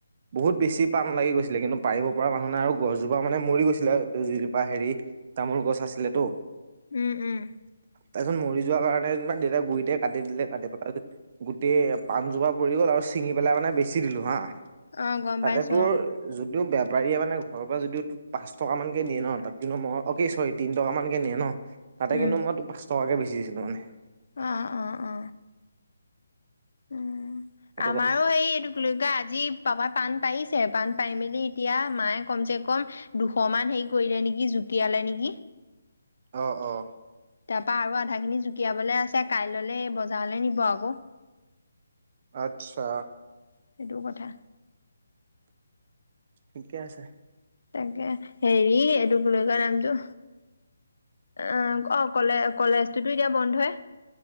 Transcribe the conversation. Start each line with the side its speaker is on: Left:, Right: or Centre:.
Right: বহুত বেছি পাণ লাগি গৈছিলে কিন্তু পাৰিব পৰা মানুহ নে আৰু গছজোপা মানে মৰি গৈছিলে যিজোপা হেৰি তামোল গছ আছিল তো।
Left: উম, উম।
Right: তাৰপিছত মৰি যোৱাৰ কাৰণে তাৰ দেউতাক গুৰিতে কাটি দিলে কাটি পেলায় গোটেই পাণজোপা পৰি গ'ল আৰু ছিঙি পেলাই মানে বেছি দিলো হা।
Left: অ', গম
Right: তাতে
Left: পাইছোঁ
Right: তোৰ
Left: অ'।
Right: যদিও বেপাৰীয়ে মানে ঘৰৰ পৰা যদিও পাঁচ টকা মানকে দিয়ে ন তাত কিন্তু মই চৰি তিন টকা মানকে নিয়ে ন। তাতে
Left: উম,
Right: কিন্তুই পাচ টকাকে বেচি দিছিলোঁ মানে।
Left: অ', অ', অ'। উম,
Right: সেইটো
Left: আমাৰো
Right: কথা।
Left: সেই এইটো লগা আজি পাপাই পাণ পাৰিছে পাণ পাই মেলি এতিয়া মায়ে কমচে কম দুশ মান হেৰি কৰিলে নেকি জুতিয়ালে নেকি।
Right: অ', অ'।
Left: তাৰ পা আৰু আধা খিনি জুকিয়াবলৈ আছে কাই ললে বজাৰলৈ নিব আকৌ
Right: আচ্ছা।
Left: সেইটো কথা।
Right: ঠিকে আছে।
Left: তাকে হেৰি এইটো কি বুলি কয় নামটো অ', অ', কলে কলেজ টোতো এতিয়া বন্ধই।